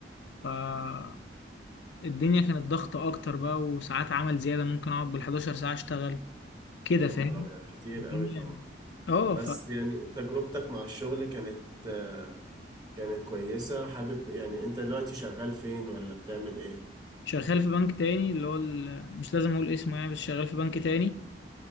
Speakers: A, on the left; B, on the right.
A: فالدنيا كانت ضغطة اكتر بقى وساعات عمل زياده ممكن اقعد بال11 ساعه اشتغل كده
B: يا
A: فاهم
B: نهار أبيض كتير
A: الدنيا
B: قوي طبعا
A: اه
B: بس يعني تجربتك مع الشغل كانت آه، كانت كويسة حابب يعني أنت دلوقتي شغال فين ولا بتعمل إيه؟
A: فشغال في بنك تاني اللي هو ال- مش لازم اقول اسمه يعني بس شغال في بنك تاني